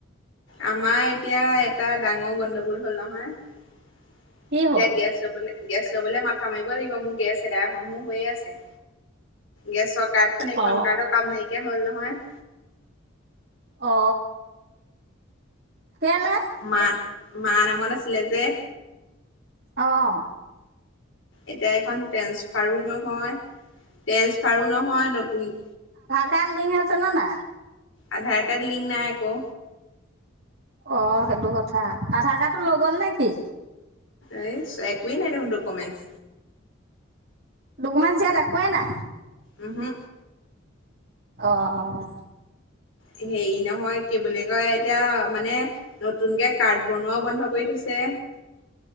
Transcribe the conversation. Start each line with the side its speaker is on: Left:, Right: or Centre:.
Left: আমাৰ এতিয়া এটা ডাঙৰ গণ্ডগোল হ'ল নহয় এতিয়া
Right: কি হ'ল
Left: গে চ বোলে গেছ ল'বলৈ মাথা মাৰিব লাগিব মোৰ গেছ এদাই হও হও হৈয়ে আছে গেছৰ কাৰ্ড খন
Right: অ
Left: এখন কাৰ্ডৰ কাম নাইকিয়া হ'ল ন নহয়
Right: অ কেলে
Left: মা মা নামত আছিলে যে
Right: অহ
Left: এতিয়া এখন ট্ৰেঞ্চ ফাৰো নহয় ট্ৰেঞ্চফাৰো নহয় নতুন
Right: তাত লিং আছে না নাই
Left: আধাৰ কাৰ্ড লিংক নাই আকৌ
Right: অ সেইটো কথা আধাৰ কাৰ্ডটো লৈ গ'ল নে কি?
Left: এইচ একোৱেই নাই দেখোন দোক উপমেশ
Right: ডকুমেনচ ইয়াত একোৱেই নাই
Left: উম হো
Right: অঁ
Left: হেৰি নহয় কি বোলে কয় এতিয়া মানে নতুনকে কাৰ্ড বনোৱাও বন্ধ কৰি থৈছে